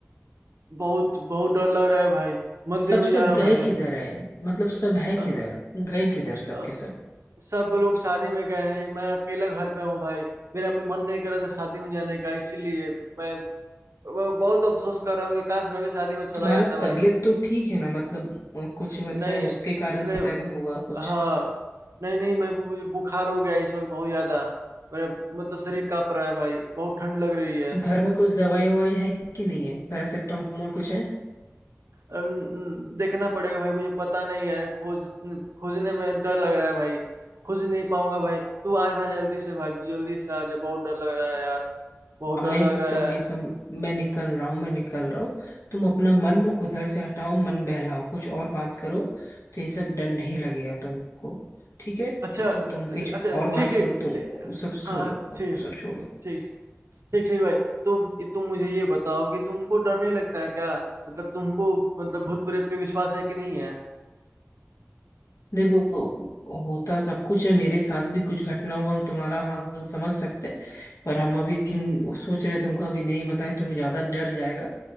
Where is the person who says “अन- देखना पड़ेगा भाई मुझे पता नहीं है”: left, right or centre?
Right